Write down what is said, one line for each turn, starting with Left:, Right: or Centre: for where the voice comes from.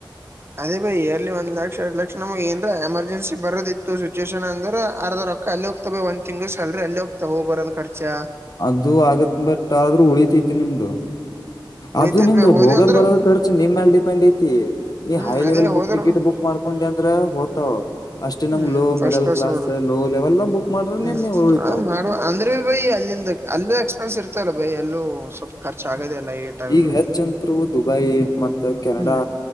Right: ಅದೇ ಬೈ ಇಯರ್ಲಿ ಒ್ ಲಕ್ಷ ಎರಡ್ ಲಕ್ಷ ನಮ್ಗೆ ಏನ್ ಎಮರ್ಜನ್ಸಿ ಬರೋದಿತ್ ಇ ಸಿುಚುಷನ್ ಅಂದ್ರೆ ಅರ್ಧ ರೊಕ್ಕ ಅಲ್ಲಿ ಹೋಗ್ತವೆ ಒಂದ್ ತಿಂಗ್ ಸಲ್ರಿ ಅಲ್ಲಿ ಹೋಗ್ತವೆ ಹೋಗ್ ಬರದು ಖರ್ಚು
Left: ಅದು ಆಗತ್ ಬಟ್ ಆದ್ರೂ ಉಳಿತೈತಿ ನಿಮ್ದು
Right: ಉಳಿತಿದ್
Left: ಅದು್ ನಿಮ್ದು
Right: ಬ ಹೋದೆ
Left: ಹೋಗೋದ್
Right: ಅಂದ್ರು
Left: ಬರೋದ ಖರ್ಚು ನಿಮ್ಮ್ಯಲ್ ಡಿಪೆಂಡ್ ಐತಿ. ನೀ
Right: ಹ್ಮ್
Left: ಹೈ ಲೆವೆಲ್
Right: ಅದೇ
Left: ಬುಕ್
Right: ಹೋದ್ರು
Left: ಟಿಕೆಟ್ ಬುಕ್ ಮಾಡ್ಕೊಂಡೆ ಅಂದ್ರೆ ಹೋ್ತಾವ. ಅಷ್ಟೇ ನಮ್ಗ್
Right: ಹ್ಮ್
Left: ಲೋ
Right: ಫಸ್ಟ್
Left: ಮಿಡಲ್ ಕ್ಲಾಸ್
Right: ನೋಡ್ರಿ
Left: ಲೋ ಲೆವೆಲ್ ನ ಬುಕ್ ಮಾಡ್ರೆ
Right: ಹ್ಮ್
Left: ನಿಮ್ವು ಉಳಿತವು.
Right: ಆ ಮಾಡುವ ಅಂದ್ರೆ ಬೈ ಅಲ್ಲಿಂದ ಅಲ್ಲ ಎಕ್ಸ್ಪೆನ್ಸ್ ಇರ್ತಲ್ಲ ಬೈ ಅೂ ಸ್ವಲ್ಪ ಖರ್ಚ ಆಗದೆ ಅಲ್ಲ. ಆಗಿರು
Left: ಈಗ ಹೆಚ್ ಅಂತರು ದುಬೈ ಮತ್ತ ಕೆನಡಾ
Right: ಹ್ಮ್